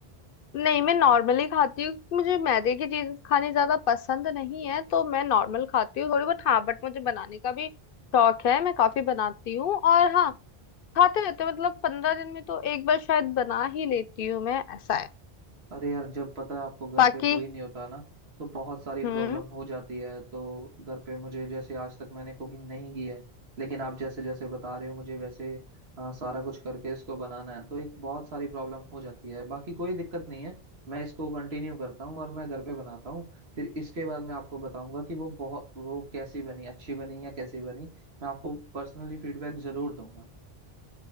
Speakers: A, on the left; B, on the right.
A: नहीं मैं नॉर्मली खाती हूँ मुझे मैदे की चीज खानी ज्यादा पसंद नहीं है तो मैं नॉर्मल खाती हूँ थोड़ी बहुत हाँ बट मुझे बनाने का भी शौक है मैं काफी बनाती हूँ और हाँ खाते रहते हैं, मतलब पंद्रह दिन में तो एक बार शायद बना ही लेती हूँ मैं ऐसा है
B: अरे यार जब पता है आपको घर
A: बाकी
B: पे कोई नहीं होता ना तो बहुत सारी प्रॉब्लम
A: हम्म
B: हो जाती है तो घर पे मुझे जैसे आज तक मैंने कुकिंग नहीं की है लेकिन आप जैसे जैसे बता रहे हो मुझे वैसे अ, सारा कुछ करके इसको बनाना है तो एक बहुत सारी प्रॉब्लम हो जाती है बाकी कोई दिक्कत नहीं है मैं इसको कंटिन्यू करता हूँ और मैं घर पे बनाता हूँ फिर इसके बाद मैं आपको बताऊंगा कि वो बहुत वो कैसी बनी अच्छी बनी या कैसी बनी मैं आपको पर्सनली फीडबैक जरूर दूंगा